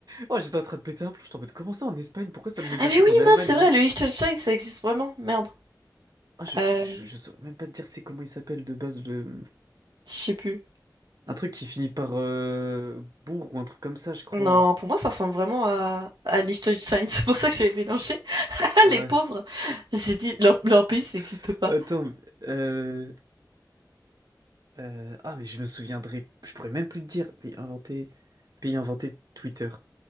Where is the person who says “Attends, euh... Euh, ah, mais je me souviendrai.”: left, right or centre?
Right